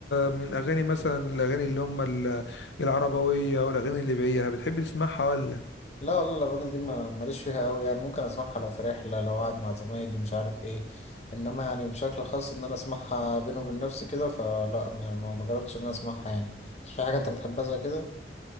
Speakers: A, on the left (about 80°); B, on the left (about 40°).
A: من اغاني مثلا الاغاني اللي هم ال- العربويه والاغاني الليبيه بتحب تسمعها ولا
B: لا والله الأغاني دي ما- ماليش فيها أوي يعني ممكن أسمعها لو في رحلة لو قاعد مع زمايلي مش عارف إيه إنما يعني بشكل خاص إن أنا أسمعها بيني وبين نفسي كده فلا ما ما- ما جربتش إن أنا أسمعها يعني في حاجة أنت بتحبها زي كده؟